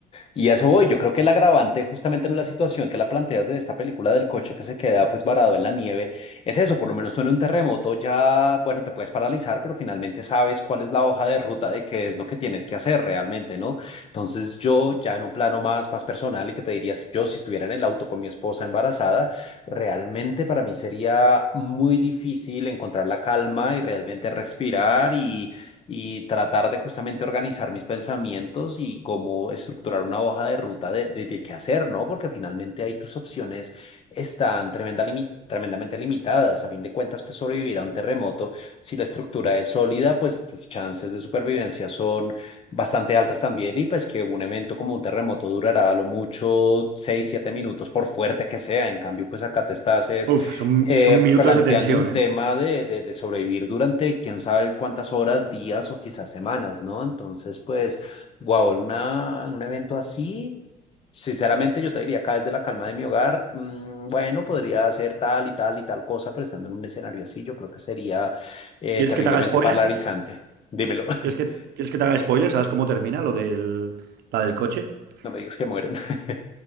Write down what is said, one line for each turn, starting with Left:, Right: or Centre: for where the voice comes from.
Left: Y a eso voy. Yo creo que el agravante, justamente en la situación que la planteas de esta película del coche que se queda pues varado en la nieve, es eso. Por lo menos tú en un terremoto ya, bueno, te puedes paralizar, pero finalmente sabes cuál es la hoja de ruta de qué es lo que tienes que hacer realmente, ¿no? Entonces yo ya en un plano más, más personal y que te diría, si yo si estuviera en el auto con mi esposa embarazada, realmente para mí sería muy difícil encontrar la calma y realmente respirar y y tratar de justamente organizar mis pensamientos y cómo estructurar una hoja de ruta de, de, de qué hacer, ¿no? Porque finalmente ahí tus opciones están tremenda limi- tremendamente limitadas. A fin de cuentas, pues sobrevivir a un terremoto, si la estructura es sólida, pues tus chances de supervivencia son bastante altas también y pues que un evento como un terremoto durará a lo mucho 6 7 minutos, por fuerte que sea. En cambio, pues acá te estás es
Right: Uf, son,
Left: eh,
Right: son minutos
Left: planteando
Right: de tensión,
Left: un tema
Right: ¿eh?
Left: de, de, de sobrevivir durante quién sabe cuántas horas, días o quizás semanas, ¿no? Entonces, pues, wow, en una, en un evento así, sinceramente yo te diría acá desde la calma de mi hogar, mm, bueno, podría hacer tal y tal y tal cosa, pero estando en un escenario así, yo creo que sería eh,
Right: ¿Quieres
Left: terriblemente
Right: que te haga spoiler?
Left: paralizante. Dímelo, <laughs>
Right: ¿Quieres que, quieres que te haga spoiler? ¿Sabes cómo termina lo del, la del coche?
Left: no me digas que mueren.
Right: Que,
Left: <laughs>